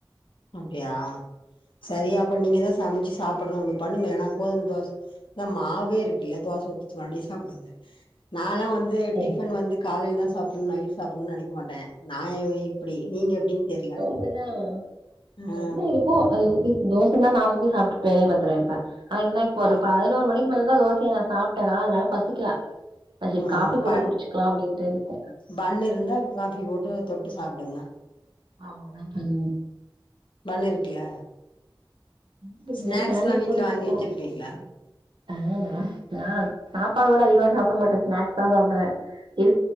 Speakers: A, on the left (about 80°); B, on the right (about 70°).
A: அப்டியா சரி
B: ஆ
A: அப்ப நீங்க எதா சமைச்சு சாப்டு ஒன்னு பண்ணுங்களே நா கோதும தோச அதா மாவே இருக்குல்ல தோசை ஊச்சு சும்மா அப்டியே சாப்பிடுங்க நாலா வந்து
B: சேரி
A: டிஃபன் வந்து காலைல தா சாப்டனு நைட்டு சாப்டனு நெனைக்க மாட்ட நா எ இப்படி நீங்க எப்டின் தெர்ல
B: அப்டி தா நா
A: ஆ
B: என்ன இருக்கோ அத ஊத்தி தோசன்னா நா ஊத்தி சாப்ட்டுப்பே பத்தறயப்ப ஆனா என்ன இப்ப
A: ஆ
B: ஒரு பதினோரு மணிக்கு மேல தோசைய நா சாப்ட்டேனா அதனால பசிக்கல அது சரி
A: ம்
B: காஃபி போட்டு
A: பன்
B: குடிச்சுக்கலா அப்படின்ட்டு இருக்க
A: பன் இருந்தா காஃபி போட்டு தொட்டு சாப்டுங்க
B: ஆமா அதா பண்ணு
A: பன்னிருக்குல
B: இதுக்கு
A: ஸ்நாக்ஸ்லா
B: முன்னாடி சாண்ட்விச்
A: வீட்ல
B: கூட
A: வாங்கி
B: போ
A: வச்சிருப்பீங்ளா
B: ஆ நா நா சாப்பாடு கூட அதிகமா சாப்ட மாட்டே ஸ்நாக்ஸ் தா சாப்டுவே இருக்